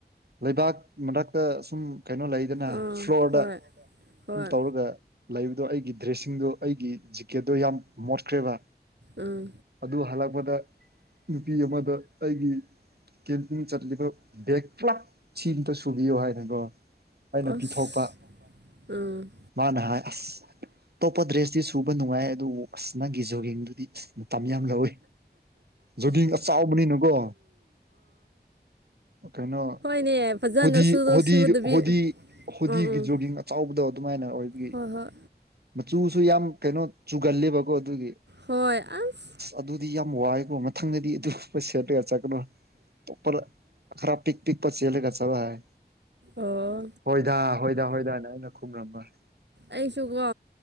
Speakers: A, on the right; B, on the right.
A: ꯂꯩꯕꯥꯛ ꯃꯔꯛꯇꯥ ꯁꯨꯝ ꯀꯩꯅꯣ ꯂꯩ ꯂꯩꯗꯥꯅ
B: ꯑꯥ
A: ꯐ꯭ꯂꯣꯔꯗꯥ
B: ꯑꯥ ꯍꯣꯏ ꯍꯣꯏ
A: ꯇꯧꯔꯒ ꯂꯩꯕꯗꯣ ꯑꯩꯒꯤ ꯏꯁꯤꯡꯗꫭ ꯑꯩꯒꯤ ꯖꯤꯀꯦꯠꯇꯣ ꯌꯥꯝ ꯃꯣꯠꯈ꯭ꯔꯦꯕ
B: ꯑꯥ
A: ꯑꯗꯨ ꯍꯜꯂꯛꯄꯗꯥ ꯅꯨꯄꯤ ꯑꯃꯗꯥ ꯑꯩꯒꯤ ꯀꯝꯄꯤꯡ ꯆꯠꯔꯤꯕ ꯕ°ꯛ ꯄꯨꯂꯞ ꯁꯤ ꯑꯥꯇ ꯁꯨꯕꯤꯌꯣ ꯍꯥꯏꯔꯀꯣ ꯑꯩꯅ
B: ꯑꯁ
A: ꯄꯤꯊꯣꯛꯄꯥ
B: ꯎꯝ
A: ꯃꯥꯅ ꯍꯥꯏ ꯑꯁ ꯑꯇꯣꯞꯄꯥ ꯗ꯭ꯔꯦꯁꯇꯤ ꯁꯨꯕ ꯅꯨꯡꯉꯥꯏꯌꯦ ꯑꯗꯨꯕꯨ ꯅꯪꯒꯤ ꯖꯣꯒꯤꯡꯗꯨꯗꯤ ꯑꯥꯁ ꯃꯇꯝ ꯌꯥꯝ ꯂꯧꯋꯤ ꯖꯣꯒꯤꯡ ꯑꯥ ꯆꯥꯎꯕꯅꯤꯅꯀꯣ ꯀꯩꯅꯣ
B: ꯑ <unintelligible> ꯐꯖꯅ
A: ꯍꯣꯗꯤ
B: ꯁꯨꯗꯥ
A: ꯍꯣꯗꯤ
B: ꯁꯨꯗꯕꯤ
A: ꯍꯣꯗꯤ ꯍꯣꯗꯤꯒꯤ
B: ꯑꯝ ꯎꯝ
A: ꯖꯣꯒꯤꯡ ꯑꯆꯧꯕꯗꯣ ꯑꯗꯨꯃꯥꯏꯅ ꯑꯣꯏꯕꯒꯤ
B: ꯍꯣꯏ ꯍꯣꯏ
A: ꯃꯆꯨꯁꯨ ꯌꯥꯝꯅ ꯀꯩꯅꯣ ꯆꯨꯒꯂꯦꯕꯀꯣ ꯑꯗꯨꯒꯤ
B: ꯍꯣꯏ ꯑꯁ
A: ꯑꯗꯨꯗꯤ ꯌꯥꯝ ꯋꯥꯏꯑꯀꯣ ꯃꯊꯪꯗꯗꯤ ꯑꯗꯨꯝꯕ ꯁꯦꯠ ꯔꯀ ꯆꯠꯀꯅꯣ ꯑꯇꯣꯞꯄꯗꯥ ꯈꯔ ꯄꯤꯛ ꯄꯤꯛ ꯄꯥ ꯆꯦꯜꯂꯦꯒꯥ ꯆꯠꯔꫭ ꯌꯥꯔꯦ
B: ꯑꯣ
A: ꯍꯣꯏꯗꯥ ꯍꯣꯏꯗꯥ ꯍꯣꯏꯗꯥꯅ ꯑꯩꯅ ꯈꯨꯝꯔꯝꯕꯅꯤ
B: ꯑꯩꯁꯨ ꯀꯣ